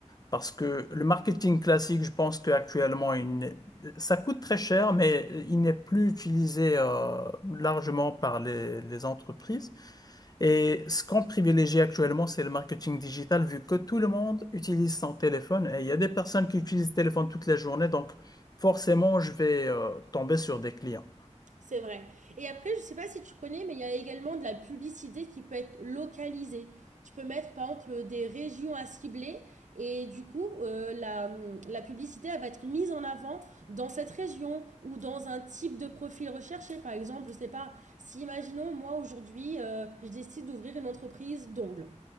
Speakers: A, on the left (about 30°); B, on the right (about 85°).
A: Parce que le marketing classique, je pense qu'actuellement, il n'est- ça coûte très cher, mais il n'est plus utilisé euh, largement par les, les entreprises. Et ce qu'on privilégie actuellement, c'est le marketing digital, vu que tout le monde utilise son téléphone. Et il y a des personnes qui utilisent le téléphone toute la journée, donc forcément, je vais euh, tomber sur des clients.
B: C'est vrai. Et après, je sais pas si tu connais, mais il y a également de la publicité qui peut être localisée. Tu peux mettre, par exemple, des régions à cibler et du coup, euh, la, la publicité, elle va être mise en avant dans cette région ou dans un type de profil recherché. Par exemple, je sais pas, si imaginons, moi, aujourd'hui, euh, je décide d'ouvrir une entreprise d'ongles.